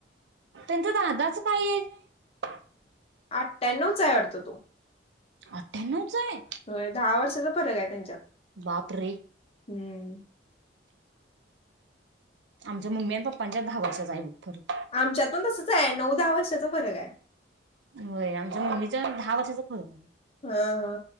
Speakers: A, on the right (about 75°); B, on the left (about 35°).
A: त्यांच्या दादाच काय एज हाय
B: आठ्यानव्व चा आहे वाटतं तो
A: आठ्यानव्व चा हाय
B: होय दहा वर्षाचा फरक आहे त्यांच्यात
A: बापरे!
B: हम्म
A: आमच्या मम्मी आणि पप्पांच्यात दहा वर्षाचा हाय बघ फरक
B: आमच्यातून तसंच आहे नऊ दहा वर्षाचा फरक हाय.
A: होय आमच्या मम्मीच्या दहा वर्षाचा फरक हाय
B: हा हा